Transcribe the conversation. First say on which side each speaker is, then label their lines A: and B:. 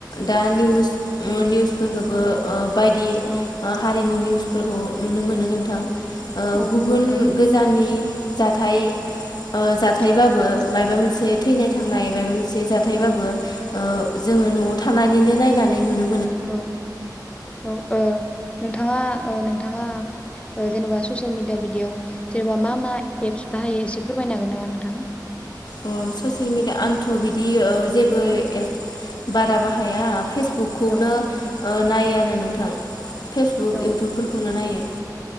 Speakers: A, on the left; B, on the left.
A: दा निउस ओ निउसफोरखौबो ओ बायदि
B: औ
A: ओ हारिनि निउस फोरखौ नुनो मोनो नोंथां। ओ
B: औ
A: गुबुन
B: नंगौ नोंथां
A: गोजाननि जाथाय ओ जाथायबाबो
B: औ
A: मायबा मोनसे हे थैनाय थांनायबाय एसे जाथायबाबो
B: औ
A: ओ जोङो न'आव थानानैनो नायनानै नुनो मोन।
B: औ औ ओ नोंथाङा ओ नोंथाङा ओ जेनेबा ससियेल मिडिया बिदियाव जेनेबा मा मा एप्स बाहायो एसे फोरमायनो हागोन नामा नोंथां?
A: अ ससियेल मिडिया आंथ' बिदि जेबो एप्स बारा बाहाया। फेसबुकखौनो
B: औ
A: ओ नायो। आरो नोंथां। फेसबुक
B: औ
A: इउटुबफोरखौनो नायो।